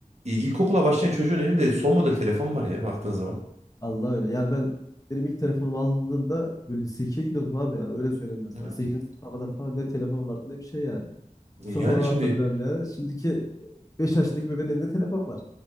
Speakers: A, on the right; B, on the left.
A: e, ilkokula başlayan çocuğun elinde son model telefon var ya baktığın zaman.
B: Allah öyle. Yani ben benim ilk telefonumu aldığımda böyle lise 2'ye gidiyordum abi yani öyle söyleyeyim mesela.
A: Evet.
B: 8. sınıfa kadar falan ne telefon vardı ne bir şey yani. <laughs>
A: E, Yani
B: Onu
A: şimdi
B: hatırlıyorum yani. Şimdiki 5 yaşındaki bebeğin elinde telefon var.